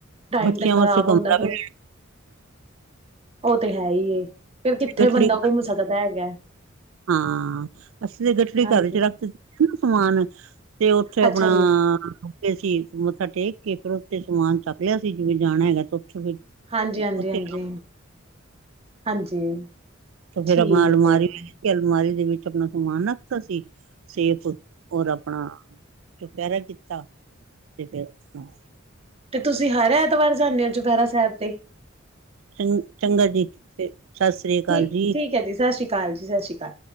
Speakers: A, on the right (about 30°); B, on the right (about 75°).
A: ਟਾਈਮ
B: ਬੱਚਿਆਂ
A: ਤੇ
B: ਵਾਸਤੇ
A: ਖ਼ਰਾਬ
B: ਕਮਰਾ
A: ਹੁੰਦਾ ਫਿਰ
B: ਵੀ
A: ਉਹ ਤੇ ਹੈ ਹੀ ਫਿਰ ਕਿੱਥੇ
B: ਗਠੜੀ
A: ਬੰਦਾ ਘੁੰਮ ਸਕਦਾ ਹੈਗਾ
B: ਹਾਂ ਅਸੀਂ ਤੇ ਗਠੜੀ
A: ਹਾਂਜੀ
B: ਘਰ ਚ ਰੱਖ ਦਿੱਤੀ ਸੀ ਨਾ ਸਮਾਨ ਤੇ ਉੱਥੇ ਆਪਣਾ
A: ਅੱਛਾ ਜੀ
B: ਅਸੀਂ ਮੱਥਾ ਟੇਕ ਕੇ ਫੇਰ ਉੱਥੇ ਸਮਾਨ ਚੱਕ ਲਿਆ ਸੀ ਜਿਵੇਂ ਜਾਣਾ ਹੈਗਾ ਤੇ ਉੱਥੇ ਫਿਰ
A: ਹਾਂਜੀ ਹਾਂਜੀ
B: ਉੱਥੇ
A: ਹਾਂਜੀ ਹਾਂਜੀ
B: ਫੇਰ
A: ਠੀਕ
B: ਆਪਣਾ ਅਲਮਾਰੀ
A: ਹੈ ਜੀ
B: ਕਿ ਅਲਮਾਰੀ ਦੇ ਵਿੱਚ ਆਪਣਾ ਸਮਾਨ ਰੱਖਤਾ ਸੀ ਸੇਫ ਔਰ ਆਪਣਾ ਚੁਪਹਿਰਾ ਕੀਤਾ ਤੇ ਫੇਰ ਆਪਣਾ
A: ਤੇ ਤੁਸੀਂ ਹਰ ਐਤਵਾਰ ਜਾਂਦੇ ਹੋ ਚੁਪਹਿਰਾ ਸਾਹਿਬ ਤੇ
B: ਚੰ ਚੰਗਾ ਜੀ ਫੇ ਸਤਿ ਸ੍ਰੀ ਅਕਾਲ
A: ਠੀਕ
B: ਜੀ
A: ਠੀਕ ਸਤਿ ਸ੍ਰੀ ਅਕਾਲ ਕਾਲ ਜੀ ਸਤ ਸ਼੍ਰੀ ਅਕਾਲ